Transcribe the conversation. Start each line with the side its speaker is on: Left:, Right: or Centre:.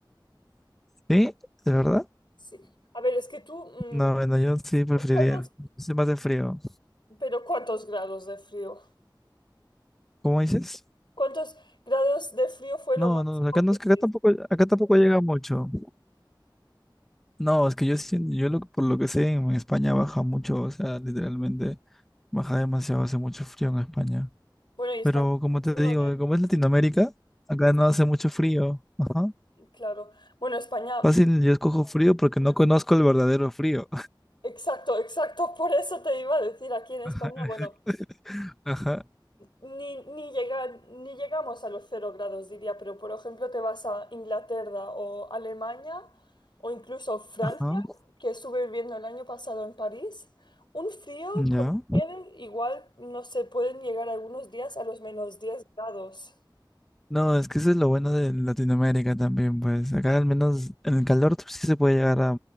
Centre: ¿Sí? ¿De verdad?
Left: Sí. A ver, es que tú, mm,
Centre: No, bueno, yo sí preferiría
Left: ¿cuántos,
Centre: el... Soy más de frío.
Left: pero cuántos grados de frío?
Centre: ¿Cómo dices?
Left: ¿Cuántos grados de frío fue lo
Centre: No,
Left: máximo
Centre: no, acá no
Left: que...
Centre: es
Left: tuviste?
Centre: que acá tampoco, acá tampoco llega mucho. No, es que yo sí- yo lo, por lo que sé, en España baja mucho, o sea, literalmente baja demasiado, hace mucho frío en España.
Left: Bueno, y España
Centre: Pero como
Left: es
Centre: te
Left: uno
Centre: digo,
Left: de...
Centre: como es Latinoamérica, acá no hace mucho frío. Ajá.
Left: Ujú, Claro. Bueno, España
Centre: Fácil, yo escojo frío porque no conozco el verdadero frío.
Left: Exacto, exacto. Por eso te iba a decir aquí en España,
Centre: <laughs>
Left: bueno,
Centre: Ajá,
Left: ni, ni, llega- ni llegamos a los cero grados, diría, pero por ejemplo te vas a Inglaterra o Alemania o incluso Francia,
Centre: ajá.
Left: que estuve viviendo el año pasado en París, un frío
Centre: Ya.
Left: con nieve, igual, no se pueden llegar algunos días a los menos 10 grados.
Centre: No, es que eso es lo bueno de Latinoamérica también, pues acá al menos en el calor sí se puede llegar a